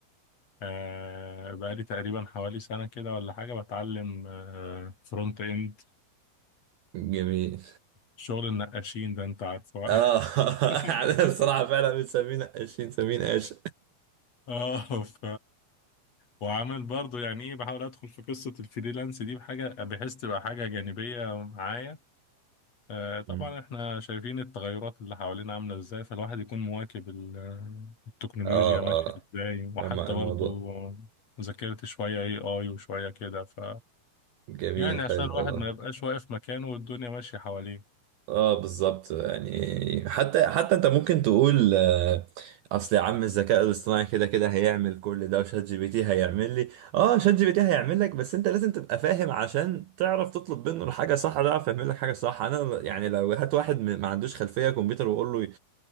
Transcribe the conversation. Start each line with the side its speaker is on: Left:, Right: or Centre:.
Left: آه، بقالي تقريبا حوالي سنة كده ولا حاجة بتعلم فرونت إند
Right: جميل
Left: شغل النقاشين ده أنت عارفه
Right: اه
Left: <laughs>
Right: <laughs> احنا بصراحه فعلا بنسمينا قاشين سمين قاش
Left: اه ف وعامل برضو يعني إيه بحاول أدخل في قصة الفريلانس دي بحاجة بحيث تبقى حاجة جانبية معايا آه، طبعا
Right: مم.
Left: احنا شايفين التغيرات اللي حوالينا عاملة ازاي فالواحد يكون مواكب ال- التكنولوجيا
Right: اه
Left: ماشية
Right: اه
Left: ازاي وحتى
Right: مع
Left: برضو
Right: الموضوع
Left: ذاكرت شوية اي اي وشوية كده ف
Right: جميل
Left: يعني عشان
Right: حلو
Left: الواحد
Right: والله
Left: ما يبقاش واقف مكانه والدنيا ماشية حواليه
Right: اه بالظبط يعني حتى حتى انت ممكن تقول آه، اصل يا عم الذكاء الاصطناعي كده كده هيعمل كل ده وشات جي بي تي هيعمل لي اه شات جي بي تي هيعمل لك بس انت لازم تبقى فاهم عشان تعرف تطلب منه الحاجه صح ده يعرف يعمل لك حاجه صح انا يعني لو هات واحد م- ما عندوش خلفيه كمبيوتر وقول له ي-